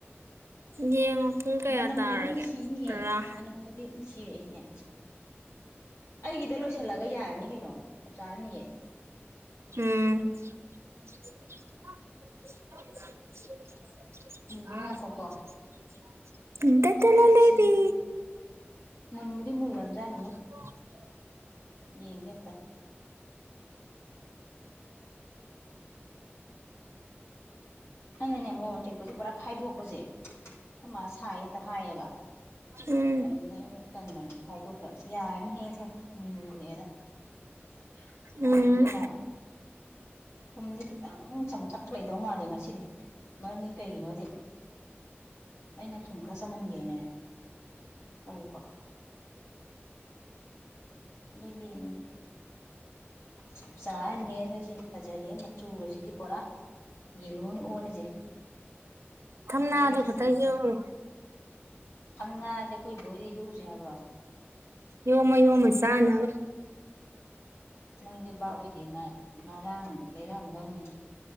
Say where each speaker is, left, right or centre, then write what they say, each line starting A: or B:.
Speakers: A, on the right; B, on the left.
A: ꯌꯦꯡꯉꯣ ꯄꯨꯡ ꯀꯌꯥ
B: ꯃꯅꯝꯒꯗꯤ
A: ꯇꯥꯔꯒꯦ
B: ꯅꯨꯡꯁꯤꯅꯤꯍꯦ
A: ꯇꯔꯥ
B: ꯃꯅꯝꯒꯗꯤ ꯁꯤꯔꯛꯏꯅꯦ ꯑꯩꯒꯤꯗ ꯂꯣꯏꯁꯤꯜꯂꯒ ꯌꯥꯔꯅꯤ ꯀꯩꯅꯣ ꯆꯞ ꯆꯥꯔꯅꯤꯌꯦ
A: ꯎꯝ <inaudible> <unintelligible>
B: ꯎꯟꯒꯦ ꯉꯥꯏꯈꯣꯀꯣ
A: <unintelligible>
B: ꯀꯦꯁꯤ
A: ꯂꯩꯕꯤ
B: ꯃꯟꯃꯨꯗꯤ ꯃꯕꯨꯂꯅ
A: <inaudible>
B: ꯌꯦꯒꯦ <unintelligible> ꯑꯩꯅꯅꯦ ꯃꯣꯔꯣꯛ ꯇꯦꯛꯄꯁꯦ ꯄꯨꯔꯥ ꯈꯥꯏꯗꯣꯛꯄꯁꯦ ꯑꯩꯈꯣꯏ ꯃꯥ ꯁꯥꯏ ꯍꯦꯛꯇ ꯍꯥꯏꯌꯦꯕ
A: ꯎꯝ
B: ꯑꯗꯨꯗ ꯑꯩꯅ ꯀꯟꯗꯅ ꯍꯥꯏꯗꯣꯛꯇ꯭ꯔ ꯁꯤ ꯌꯥꯔꯅꯤ ꯍꯦ ꯈꯕꯅꯤꯂꯛꯑꯦꯅ <unintelligible>
A: ꯎꯝ
B: ꯁꯨꯝꯗꯤ ꯈꯤꯇꯪ ꯆꯝꯇꯛ ꯂꯩꯗꯧ ꯃꯥꯜꯂꯦ ꯉꯁꯤꯗꯤ ꯃꯔꯝꯗꯤ ꯀꯩꯒꯤꯅꯣꯗꯤ ꯑꯩꯅ ꯊꯨꯝ ꯈꯔ ꯆꯝꯍꯟꯒꯦꯅꯦ ꯇꯧꯕ ꯑꯗꯨꯏ ꯌꯦꯡꯉꯦ ꯆꯥꯛ ꯆꯥꯅꯤꯍꯦ ꯑꯩꯈꯣꯏꯁꯤꯗꯤ ꯐꯖꯔꯦ ꯃꯆꯨꯒꯁꯤꯗꯤ ꯄꯨꯔꯥ ꯌꯦꯂꯣꯅꯤ ꯑꯣꯂꯖꯦ
A: ꯊꯝꯅꯥꯗꯣ
B: ꯑꯩ <unintelligible>
A: ꯈꯛꯇ ꯌꯣꯝꯃꯨ
B: ꯁꯝꯅꯗꯤ ꯑꯩꯈꯣꯏ ꯕꯣꯏꯗꯤ ꯍꯦꯛꯎꯁꯦ ꯍꯥꯏꯕ꯭ꯔꯣ
A: ꯌꯣꯃ ꯌꯣꯃ ꯁꯅꯕ
B: ꯅꯪꯗꯤ ꯕꯥꯥꯛ ꯑꯣꯏꯗꯦ ꯉꯔꯥꯡ ꯂꯩꯔꯥꯡꯗꯧꯅꯤ